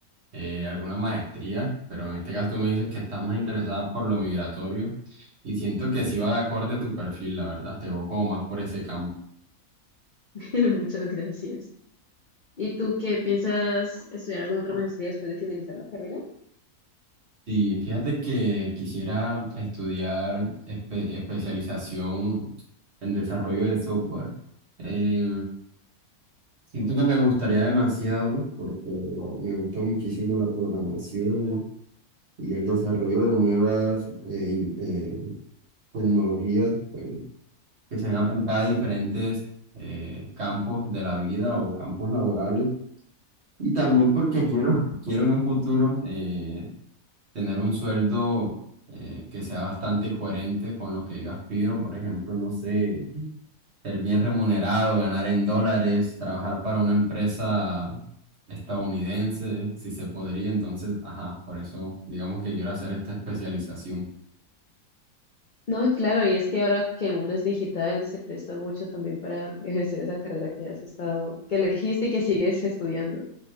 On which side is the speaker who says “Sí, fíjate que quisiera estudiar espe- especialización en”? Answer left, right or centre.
Right